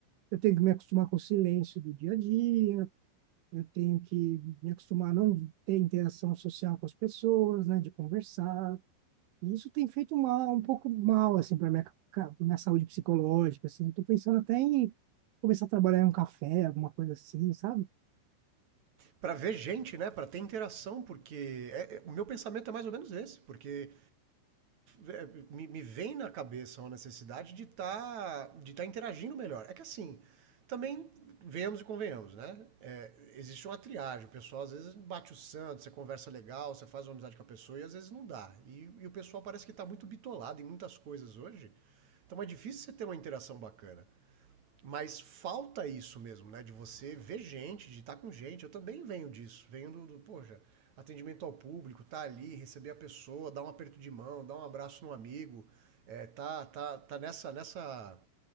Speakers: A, on the right; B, on the right.
A: eu tenho que me acostumar com o silêncio do dia a dia, eu tenho que me acostumar a não ter interação social com as pessoas, né, de conversar. E isso tem feito mal, um pouco mal, assim, para minha, pra minha saúde psicológica, assim. Eu tô pensando até em começar a trabalhar em um café, alguma coisa assim, sabe?
B: Pra ver gente, né? Pra ter interação, porque é- é- o meu pensamento é mais ou menos esse, porque É, me, me vem na cabeça uma necessidade de estar de tá interagindo melhor. É que assim, também venhamos e convenhamos, né? É, existe uma triagem. O pessoal às vezes bate o santo, você conversa legal, você faz uma amizade com a pessoa e às vezes não dá. E, e o pessoal parece que está muito bitolado em muitas coisas hoje. Então é difícil você ter uma interação bacana. Mas falta isso mesmo, né? De você ver gente, de estar com gente. Eu também venho disso. Venho do, do poxa, atendimento ao público, tá ali, receber a pessoa, dar um aperto de mão, dar um abraço no amigo. É, tá, tá, tá nessa, nessa,